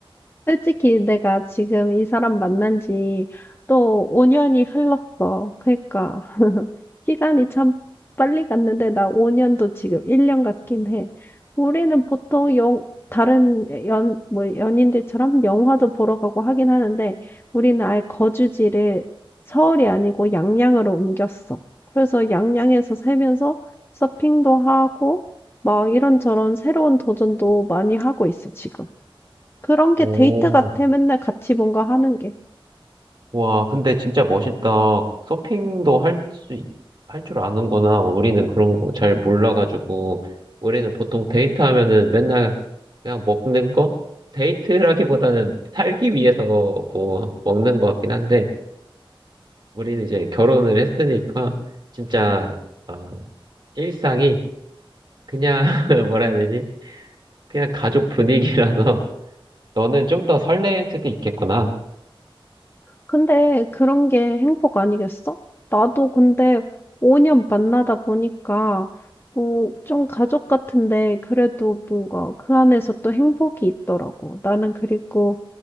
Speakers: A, on the left (about 25°); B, on the right (about 55°).
A: 솔직히 내가 지금 이 사람 만난 지 또 5년이 흘렀어. 그러니까 <laughs> 시간이 참 빨리 갔는데 나 5년도 지금 1년 같긴 해. 우리는 보통 영 다른 연 뭐 연인들처럼 영화도 보러 가고 하긴 하는데 우리는 아예 거주지를 서울이 아니고 양양으로 옮겼어. 그래서 양양에서 살면서 서핑도 하고 막 이런저런 새로운 도전도 많이 하고 있어, 지금. 그런
B: 오.
A: 게 데이트 같아, 맨날 같이 뭔가 하는 게.
B: 와, 근데 진짜 멋있다. 서핑도 할 수, 할 줄 아는구나. 우리는 그런 거 잘 몰라가지고. 우리는 보통 데이트 하면은 맨날 그냥 먹는 거? 데이트라기보다는 살기 위해서 뭐 먹는 것 같긴 한데, 우리는 이제 결혼을 했으니까, 진짜, 어, 일상이 그냥, <laughs> 뭐라 해야 되지? 그냥 가족 분위기라서, <laughs> 너는 좀 더 설레일 수도 있겠구나.
A: 근데 그런 게 행복 아니겠어? 나도 근데 5년 만나다 보니까, 어, 좀 가족 같은데, 그래도 뭔가 그 안에서 또 행복이 있더라고. 나는 그리고,